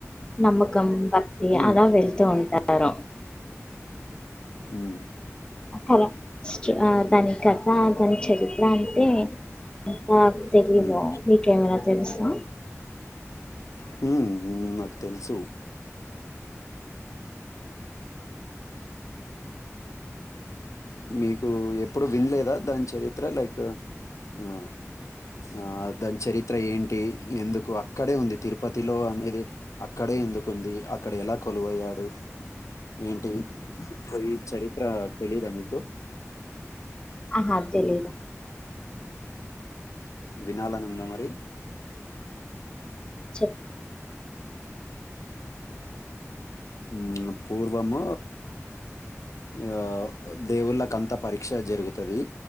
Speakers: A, on the left (about 15°); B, on the left (about 75°).
A: నమ్మకం భక్తి
B: ఉమ్
A: అలా వెళ్తూ ఉంటారు
B: ఉ
A: క్క దాని కథ దాని చరిత్ర అంటే అంత తెలీదు
B: ఉమ్
A: మీకేమైనా తెలుసా
B: హు నాకు తెల్సు మీకు ఎప్పుడు వినలేదా దాని చరిత్ర లైక్ ఆ ఆ దాని చరిత్ర ఏంటి ఎందుకు అక్కడే ఉంది తిరుపతిలో అనేది అక్కడే ఎందుకుంది అక్కడ ఎలా కొలువయ్యాడు ఏంటి కొయి చరిత్ర తెలీదా మీకు
A: ఆహా తెలిదు
B: వినాలనుందామరి
A: చెప్
B: ఊమ్ పూర్వమూ ఇగ దేవుళ్ళకంత పరీక్ష జరుగుతది